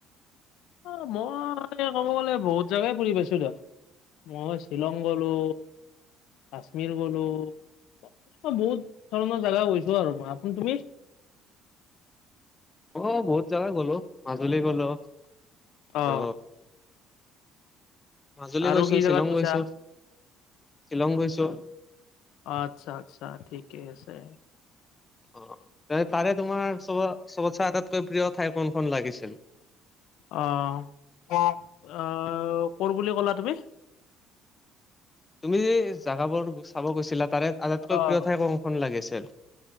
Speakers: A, on the left; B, on the left.
A: অ, মই ক'ব গ'লে বহুত জেগাই ফুৰি পাইছো দিয়ক। মই শ্বিলং গলো কাশ্মীৰ গলো, এনেকুৱা বহুত ধৰণৰ জেগা গৈছো আৰু মই আপোনি তুমি?
B: অ, বহুত জাগা গলো মাজুলী গলো আৰু
A: অ
B: মাজুলী
A: আৰু
B: গৈছো,
A: কি জেগাত
B: শ্বিলং
A: গৈছা
B: গৈছো-শ্বিলং গৈছো।
A: আচ্ছা-আচ্ছা ঠিকে আছে।
B: অ, তাৰে তোমাৰ চব-চবত চাই আটাইতকৈ প্ৰিয় ঠাই কোনখন লাগিছিল?
A: অ', অ', অ কৰ বুলি ক'লা তুমি?
B: তুমি যে জাগাবোৰ চাব গৈছিলা, তাৰে আটাইতকৈ
A: অ',
B: প্ৰিয় ঠাই কোনখন লাগিছিল?